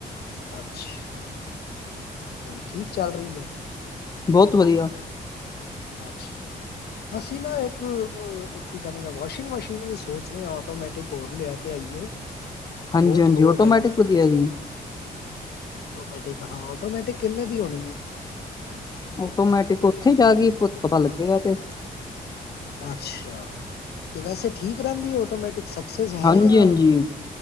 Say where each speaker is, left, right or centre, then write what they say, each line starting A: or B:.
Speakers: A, on the left; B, on the left.
A: ਅੱਛਾ, ਤੇ ਠੀਕ ਚੱਲ ਰਹੀ ਹੈ।
B: ਬਹੁਤ ਵਧੀਆ
A: ਅੱਛਾ। ਅਸੀਂ ਨਾ ਇੱਕ, ਕੀ ਕਹਿੰਦੇ ਨੇ ਵਾਸ਼ਿੰਗ ਮਸ਼ੀਨ ਵੀ ਸੋਚ ਰਹੇ ਹਾਂ ਆਟੋਮੈਟਿਕ ਹੋਰ ਲਿਆ ਕੇ ਆਈਏ।
B: ਹਾਂਜੀ
A: ਬਹੁਤ
B: ਹਾਂਜੀ
A: ਲੋਡ
B: ਆਟੋਮੈਟਿਕ
A: ਪੈਂਦੀ ਹੈ
B: ਵਧੀਆ ਜੀ।
A: ਆਟੋਮੈਟਿਕ ਹਾਂ, ਆਟੋਮੈਟਿਕ ਕਿੰਨਾਂ ਦੀ ਹੋਣੀ ਹੈ।
B: ਆਟੋਮੈਟਿਕ ਉੱਥੇ ਹੀ ਜਾ ਗਈ ਪਤਾ ਲੱਗੇਗਾ ਤੇ
A: ਅੱਛਾ ਤੇ ਵੈਸੇ ਠੀਕ ਰਹਿੰਦੀ ਆਟੋਮੈਟਿਕ ਸਕਸੈਸ ਹੈ
B: ਹਾਂਜੀ
A: ਜਾਂ
B: -ਹਾਂਜੀ